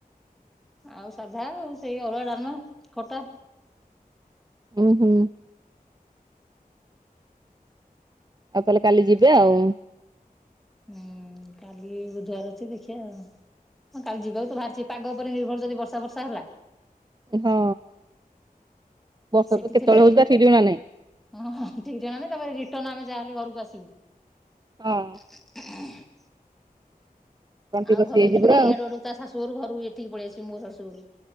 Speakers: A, in the centre; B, on the right.
A: ଆଉ ସାଧା ଆଉ ସେଇ ଅରୁଆ, ଡାଲମା ଖଟା।
B: ହୁଁ ହୁଁ। ଆଉ ତାହେଲେ କାଲି ଯିବେ ଆଉ।
A: ହୁଁ କାଲି ବୁଧବାର ଅଛି ଦେଖିବା ଆଉ ହଁ କାଲି ଯିବାକୁ ତ ବାହାରିଛି ପାଗ ଉପରେ ନିର୍ଭର ଯଦି ବର୍ଷା ବର୍ଷା ହେଲା।
B: ହଁ। ବର୍ଷା
A: ସେଠି
B: ତ କେତେବେଳେ
A: ଥିଲେ
B: ହଉଛି
A: ହଁ
B: ତା ଠିକ୍ ଠିକଣା ନାହିଁ
A: ଠିକ୍ ଠିକଣା ନାଇଁ ତାପରେ ରିଟର୍ନ ଆମେ ଯାହାହଲେ ଘରକୁ ଆସିବୁ।
B: ହଁ
A: <unintelligible>
B: ତଣ୍ଟି
A: ଆଉ
B: ବସି
A: ଘରକୁ
B: ଯାଇଛି
A: ଯିବିନି
B: ପୁରା
A: ଏଇଆଡୁଆଡେ
B: ଆଉ
A: ତା ଶଶୁ ଘରକୁ ଏଠିକି ପଳଆସିବ ମୋ ସୁରୁ